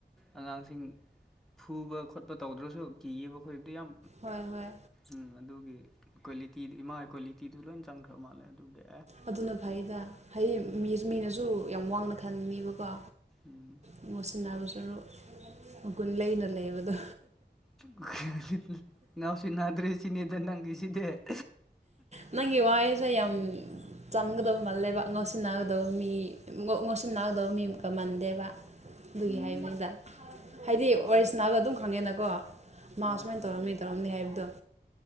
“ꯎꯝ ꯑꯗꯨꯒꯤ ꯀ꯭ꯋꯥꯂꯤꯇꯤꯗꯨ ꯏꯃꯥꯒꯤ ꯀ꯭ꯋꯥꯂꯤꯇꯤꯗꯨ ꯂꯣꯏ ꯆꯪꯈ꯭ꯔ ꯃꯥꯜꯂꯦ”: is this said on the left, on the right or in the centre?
Centre